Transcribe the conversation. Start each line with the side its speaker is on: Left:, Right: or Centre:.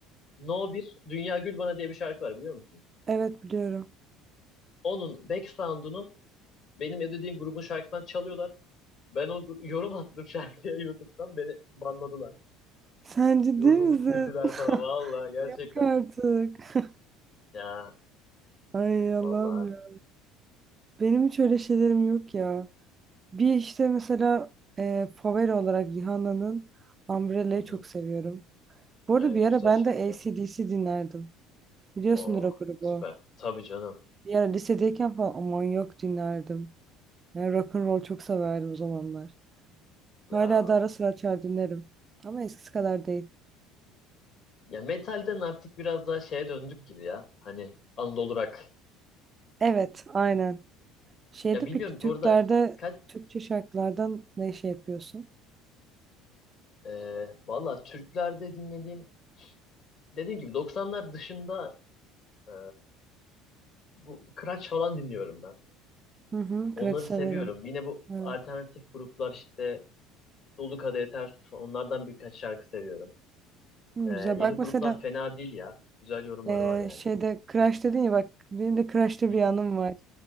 Left: No bir Dünya Gül Bana diye bir şarkı var biliyor musun?
Right: evet biliyorum.
Left: Onun back sound'unu benim ödediğim grubun şarkısından çalıyorlar. Ben o gru- yorum attım şarkıya <laughs> YouTube'dan beni banladılar.
Right: Sen ciddi
Left: Yorumumu
Right: misin?
Left: sildiler
Right: <laughs>
Left: falan. Valla gerçekten.
Right: Yok artık.
Left: Ya
Right: Ay
Left: valla
Right: Allah'ım ya. Benim hiç öyle şeylerim yok ya. Bir işte mesela e, favori olarak Rihanna'nın Umbrella'yı
Left: Hı hı.
Right: çok seviyorum. Bu arada
Left: Evet
Right: bir ara
Left: güzel
Right: ben
Left: şarkı.
Right: de AC/DC dinlerdim. Biliyorsundur
Left: Oo
Right: o grubu.
Left: süper. Tabii canım.
Right: Bir ara lisedeyken falan aman yok dinlerdim. Yani rock and roll çok severdim o zamanlar. Hala
Left: Ya
Right: da ara sıra açar dinlerim. Ama eskisi kadar değil.
Left: ya metalden artık biraz daha şeye döndük gibi ya. Hani Anadolu rock
Right: Evet, aynen. Şeyde
Left: Ya bilmiyorum
Right: peki Türklerde
Left: bu arada kaç
Right: Türkçe şarkılardan ne şey yapıyorsun?
Left: e, valla Türklerde dinlediğim dediğim gibi 90'lar dışında e, bu Kıraç falan dinliyorum ben.
Right: Hı hı,
Left: Onları
Right: Kıraç severim.
Left: seviyorum. Yine bu
Right: Evet.
Left: alternatif gruplar işte Dolu Kadehi Ters Tut, onlardan birkaç şarkı seviyorum.
Right: Hı,
Left: E,
Right: güzel.
Left: yeni
Right: Bak
Left: gruplar
Right: mesela
Left: fena değil ya. Güzel yorumları
Right: eee,
Left: var yani.
Right: şeyde crash dedin ya bak benim de Kıraç'ta
Left: Hı
Right: bir
Left: hı.
Right: anım var.